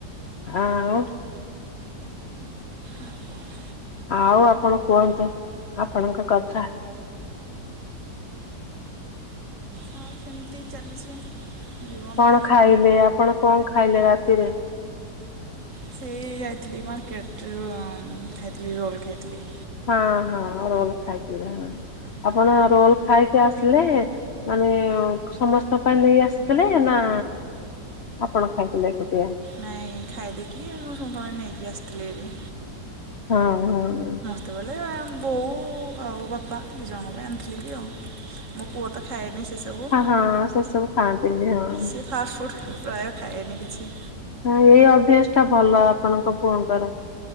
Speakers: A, on the left; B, on the right.
A: ଆଉ
B: ଆଉ କହ।
A: ଆଉ ଆପଣ କୁହନ୍ତୁ ଆପଣଙ୍କ କଥା।
B: ହଁ ସେମିତି ଚାଲିଛି। ଜୀବନ
A: କଣ ଖାଇଲେ ଆପଣ କଣ ଖାଇଲେ ରାତିରେ।
B: ସେ ଯାଇଥିଲି ମାର୍କେଟରୁ ଖାଇଥିଲି ରୋଲ୍ ଖାଇଥିଲି।
A: ହଁ ହଁ ରୋଲ୍ ଖାଇଥିଲେ ଆପଣ ରୋଲ ଖାଇକି ଆସିଲେ। ମାନେ ସମସ୍ତଙ୍କ ପାଇଁ ନେଇ ଆସିଥିଲେ ନା ଆପଣ ଖାଇଥିଲେ ଏକୁଟିଆ।
B: ନାଇଁ ଖାଇ ଦେଇକି ମୁଁ ସମସ୍ତଙ୍କ ପାଇଁ ନେଇକି ଆସିଥିଲି ଭାରି।
A: ହଁ ହଁ।
B: ସେତେବେଳେ ବୋଉ ଆଉ ବାପା ଦୁଇଜଣଙ୍କ ପାଇଁ ଆଣିଥିଲି ଭାରି ଆଉ। ମୋ ପୁଅ ତ ଖାଏନି ସେ ସବୁ
A: ହଁ ସେ ସବୁ ଖାଆନ୍ତିନି ହଁ।
B: ସେ ଫାଷ୍ଟ ଫୁଡ ପ୍ରାୟ ଖାଏନି କିଛି।
A: ହଁ ଏଇ ଅଭ୍ୟାସ ଟା ଭଲ ଆପଣଙ୍କ ପୁଅଙ୍କର।